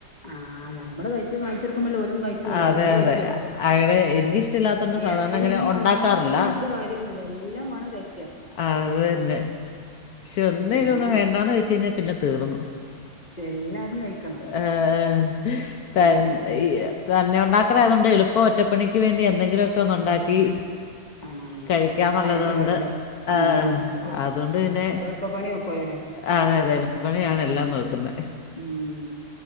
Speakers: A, on the left (about 30°); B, on the left (about 65°).
A: ആഹ് ആഹ് ഞമ്മള് കഴിച്ച് കാണിച്ചൊടുക്കുമ്പല്ലെ ഓലും കഴിക്കുള്ളു
B: അതെ
A: അല്ലാണ്ട് കഴിക്കോ
B: അതെ അങ്ങനെ എനിക്കിഷ്ടമില്ലാത്തോണ്ട്
A: ഈ
B: സാധാരണ
A: ഇർച്ചി
B: അങ്ങനെ
A: മീനും മാത്
B: ഉണ്ടാക്കാറില്ല
A: മാത്രം തിന്നോണ്ട് കാര്യൊന്നൂല്യ എല്ലാം വേണം കഴി
B: അത് തന്നെ പക്ഷെ എന്തേലൊന്ന്
A: ഏ
B: വേണ്ടാന്ന് വെച്ച് കഴിഞ്ഞാ പിന്നെ തീർന്നു
A: എല്ലാതും കഴിക്കണം
B: ഏഹ് തൻ
A: ഉം
B: തന്നെ ഒണ്ടാക്കലായത് കൊണ്ട് എളുപ്പം ഒറ്റപ്പണിക്ക് വേണ്ടി എന്തെങ്കിലുമൊക്കെ ഒന്ന് ഒണ്ടാക്കി
A: ആഹ്
B: കഴിക്കാന്നൊള്ളത്
A: അയ്മട്
B: കൊണ്ട്
A: കഴിയൂലേ
B: ആഹ്
A: ഉം ഉം ഉം
B: അതു കൊണ്ട് പിന്നെ
A: അപ്പൊ എളുപ്പ പണി നോക്കുവല്ലോല്ലേ
B: അതെ അതെ എളുപ്പപ്പണിയാണ് എല്ലാം നോക്കുന്നെ
A: ഉം